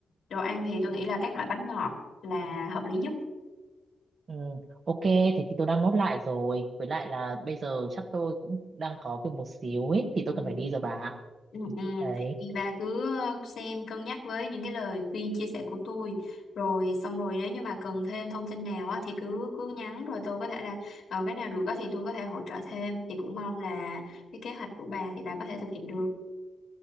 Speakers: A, on the left; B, on the right.
A: Đồ ăn thì tôi nghĩ là các loại bánh ngọt là hợp lý nhất.
B: ừ, ok thế thì tôi đang nốt lại rồi với lại là bây giờ chắc tôi cũng đang có việc một xíu ấy thì tôi
A: Ừ.
B: cần phải đi rồi bà
A: Ừ, ừ.
B: đấy
A: Thì bà cứ ờ, xem cân nhắc với những cái lời khuyên chia sẻ của tôi rồi xong rồi nếu như bà cần thêm thông tin nào á thì cứ cứ nhắn rồi tôi có thể là ờ, cái nào được á thì tôi có thể hỗ trợ thêm thì cũng mong là cái kế hoạch của bà thì bà có thể thực hiện được